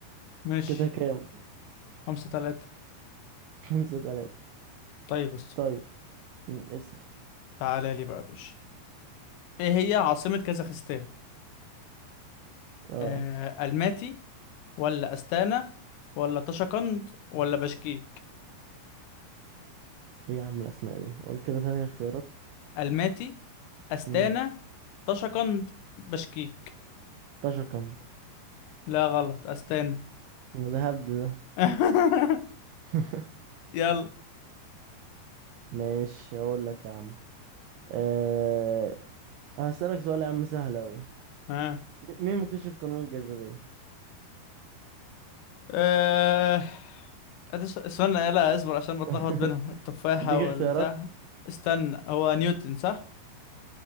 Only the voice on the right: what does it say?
كده كام
خمسة تلاتة
طيب مم. اسأل
اه
ايه يا عم الأسماء دي قول كده تاني اختيارات
مم.
طشقنط
ما ده هبد ده
<laughs>
ماشي هقول لك يا عم أه... هسألك سؤال يا عم سهل أوي
م- مين مكتشف قانون الجاذبية؟
<laughs>
أديك
اختيارات